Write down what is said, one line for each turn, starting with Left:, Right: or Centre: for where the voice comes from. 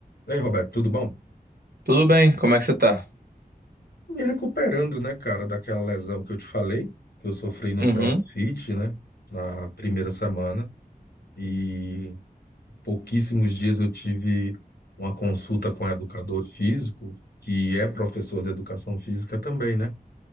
Left: E aí, Roberto, tudo bom?
Right: Tudo bem, como é que você tá?
Left: Me recuperando, né, cara, daquela lesão que eu te falei, que eu sofri no
Right: Uhum,
Left: CrossFit, né, na primeira semana. E pouquíssimos dias eu tive uma consulta com um educador físico, que é professor de educação física também, né?